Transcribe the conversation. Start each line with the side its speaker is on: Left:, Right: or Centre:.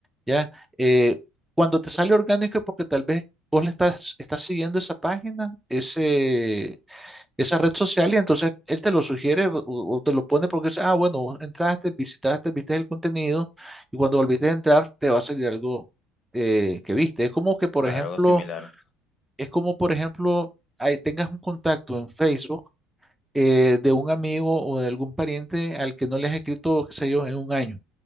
Centre: ¿ya? Eh, cuando te sale orgánico es porque tal vez vos le estás, estás siguiendo esa página, ese, esa red social y entonces él te lo sugiere o, o te lo pone porque dice, ah, bueno, vos entraste, visitaste, viste el contenido y cuando volviste a entrar te va a salir algo eh, que viste. Es como que, por
Left: Claro,
Centre: ejemplo,
Left: algo similar.
Centre: es como, por ejemplo, ahí tengas un contacto en Facebook eh, de un amigo o de algún pariente al que no le has escrito, qué sé yo, en un año